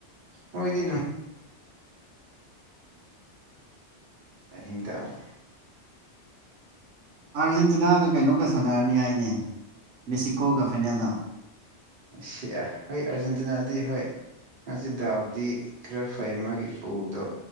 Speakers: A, on the right (about 50°); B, on the right (about 85°).
A: ꯃꯣꯏꯗꯤ ꯅꯨꯡ ꯑꯍꯤꯡ ꯇꯕ
B: ꯑꯥꯔꯖꯦꯟꯇꯤꯅꯥꯒ ꯀꯩꯅꯣꯒ ꯁꯥꯟꯅꯔꯅꯤ ꯍꯥꯏꯅꯦ ꯃꯦꯛꯁꯤꯀꯣꯒ ꯐꯥꯏꯅꯦꯜꯗ
A: ꯑꯦꯁꯤꯌꯥ ꯍꯣꯏ ꯑꯥꯔꯖꯦꯟꯇꯤꯅꯥꯗꯤ ꯍꯣꯏ ꯃꯥꯁꯤ ꯗꯥꯎꯗꯤ ꯈꯔ ꯐꯩ ꯃꯥꯒꯤ ꯄꯨꯗꯣ